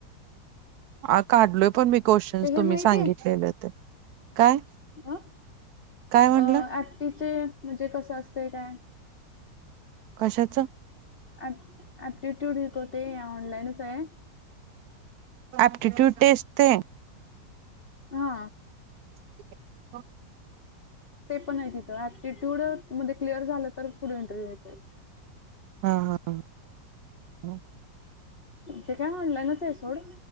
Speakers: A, on the right (about 70°); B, on the left (about 30°).
A: हा काढलोय पण मी क्वेशन
B: ते हे
A: तुम्ही
B: माहितीये
A: सांगितलेले ते. काय?
B: अ
A: काय म्हटलं
B: अ आटीचे म्हणजे कसं असतंय काय?
A: कशाचं?
B: ऍप ऍप्टिट्यूडिक होते ऑनलाईनच आहे.
A: ॲप्टिट्यूड टेस्ट ते
B: हा.
A: हा.
B: ते पण आहे तिथं ऍप्टिट्यूडिकमध्ये क्लिअर झालं तर फुल इंटरव्ह्यू होतंय.
A: हा, हा.
B: ते काय ऑनलाईनच आहे सोड.